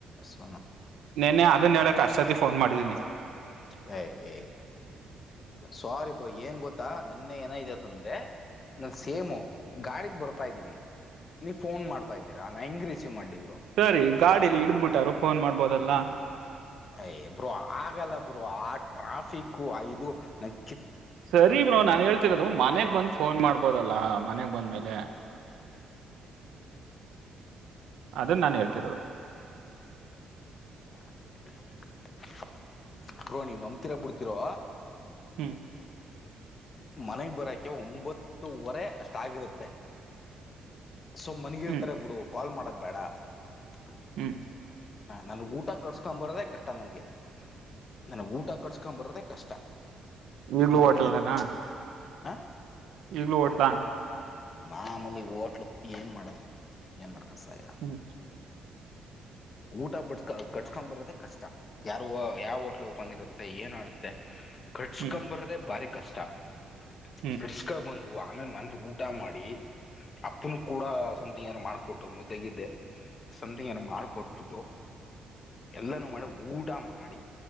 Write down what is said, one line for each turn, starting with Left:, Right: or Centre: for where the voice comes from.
Left: ಸೋ.
Right: ನೆನ್ನೆ ಅದನ್ ಹೇಳಕ್ ಅಷ್ಟಸತಿ ಫೋನ್ ಮಾಡಿದ್ದೀನಿ.
Left: ಹೆ ಹೆ ಸ್ವಾರಿ ಬ್ರೋ ಏನ್ ಗೊತ್ತಾ ನೆನ್ನೆ ಏನಾಗಿದೆ ಅಂದ್ರೆ ನನ್ ಸೇಮು ಗಾಡಿಗ್ ಬರ್ತಾ ಇದ್ದೀನಿ ನೀವ್ ಫೋನ್ ಮಾಡ್ತಾ ಇದ್ದೀರಾ ನಾ ಹೆಂಗ ರಿಸೀವ್ ಮಾಡ್ಲಿ?
Right: ಸರಿ ಗಾಡಲಿ ಇಡ್ದ್ ಬಿಟ್ಟಾರು ಫೋನ್ ಮಾಡ್ಬ ಬೋದಲ್ಲ.
Left: ಏಯ್ ಬ್ರೋ ಆಗಲ್ಲ ಬ್ರೋ ಆ ಟ್ರಾಫಿಕೂ ಅ ಇದು ನನ್
Right: ಸರಿ ಬ್ರೋ ನಾನ್ ಹೇಳ್ತಿರೋದು ಮನೆಗ್ ಬಂದು ಫೋನ್ ಮಾಡ್ಬೋದಲ್ಲಾ. ಮನೆಗ್ ಬಂದ್ಮೇಲೆ ಅದನ್ ನಾನು ಹೇಳ್ತಿರೋದು.
Left: <unintelligible> ಬ್ರೋ ನೀವ ನಂಬ್ತಿರೋ ಬಿಡ್ತಿರೋ.
Right: ಹ್ಮ್
Left: ಮನೆಗ್ ಬರಕೆ ಒಂಬತ್ತುವರೆ ಅಷ್ಟ ಆಗಿರುತ್ತೆ. ಸೊ ಮನಗಿರ್ತಾರೆ
Right: ಹ್ಮ್
Left: ಬಿಡು ಕಾಲ್ ಮಾಡದ ಬೇಡಾ ಹಾ
Right: ಹ್ಮ್
Left: ನನಗೆ ಊಟ ಕಿಸಸ್ಕೊಂಬರೋದೆ ಕಷ್ಟ ನನಗೆ. ನನಗ್ ಊಟ ಕಟ್ಸ ಬ್ರದ ಕಷ್ಟ
Right: ಈಗಲೂ
Left: ಯಾಕಂದ್ರೆ
Right: ಹೋಟ್ಲ್ನಾ
Left: ಏನ್ ಆ
Right: ಈಗ್ಲೂ ಹೋಟ್ಲಾ.
Left: ಮಾಮೂಲಿ ಹೋಟ್ಲು ಏನು ಮಾಡೋದು ಏನ್ ಮಾಡದು. <unintelligible>
Right: ಹ್ಮ್
Left: ಊಟ ಬಡ್ಸ್ಕ ಕಟ್ಕೊ್ ಬರೋದೆೇ ಕಷ್ಟ ಯಾರು ಯಾವ ಹೋಟ್ಲ್ ಓಪನ್ ಇರುತ್ತೆ ಏನ್ ಆಡುತ್ತೆ. ಕಟ್ಸ್ಕಂಬ
Right: ಹ್ಮ್
Left: ಬರದೆ ಬಾರಿ ಕಷ್ಟ. <inaudible>
Right: ಹ್ಮ್
Left: ಕರ್ಸ್ಕಾ ಬಂದು ಆಮೇಲೆ ಮನೆ ಊಟ ಮಾಡಿ ಅಪ್ಪನು ಕೂಡ ಸಮ್ಥಂಗ್ ಏನಾದ್ರೂ ಮಾಡಾರ್ಕೊಟ್ಟು ಮುದ್ದಗಿದ್ದೆ. ಸಮ್ತಿಂಗ್ ಏನ ಮಾಡ್ಕೊಟ್ಬಿಟ್ಟು ಎಲ್ಲಾನೂ ಮಾಡಿ ಊಟ ಮಾಡಿ.